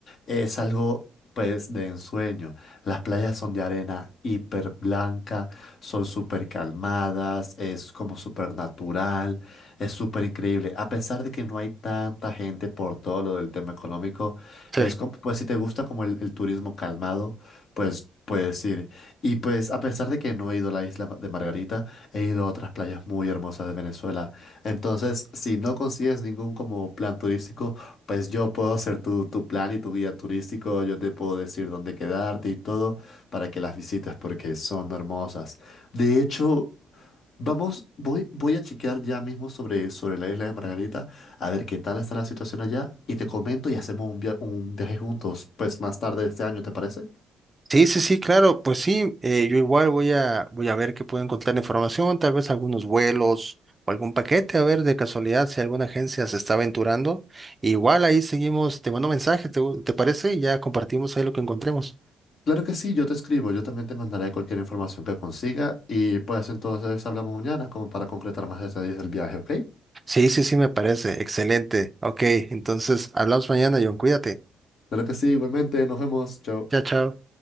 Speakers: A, on the left; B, on the right.
A: es algo... pues de ensueño. Las playas son de arena hiper blanca, son súper calmadas, es como súper natural, es súper increíble. A pesar de que no hay tanta gente por todo lo del tema económico,
B: <laughs>
A: es como, pues si te gusta como el, el turismo calmado, pues puedes ir. Y pues a pesar de que no he ido a la isla de Margarita, he ido a otras playas muy hermosas de Venezuela. Entonces, si no consigues ningún como plan turístico, pues yo puedo hacer tu, tu plan y tu guía turístico, yo te puedo decir dónde quedarte y todo para que las visites porque son hermosas. De hecho, vamos, voy, voy a chequear ya mismo sobre, sobre la isla de Margarita, a ver qué tal está la situación allá, y te comento y hacemos un, via- un viaje juntos, pues más tarde este año, ¿te parece?
B: Sí, sí, sí, claro, pues sí, eh, yo igual voy a, voy a ver qué puedo encontrar información, tal vez algunos vuelos o algún paquete, a ver de casualidad si alguna agencia se está aventurando. Igual ahí seguimos, te mando mensaje, ¿te, te parece? Y ya compartimos ahí lo que encontremos.
A: Claro que sí, yo te escribo, yo también te mandaré cualquier información que consiga, y pues entonces hablamos mañana como para concretar más detalles del viaje, ¿ok?
B: Sí, sí, sí, me parece, excelente. Ok, entonces hablamos mañana, John, cuídate.
A: Claro que sí, igualmente, nos vemos, chao.
B: Chao, chao.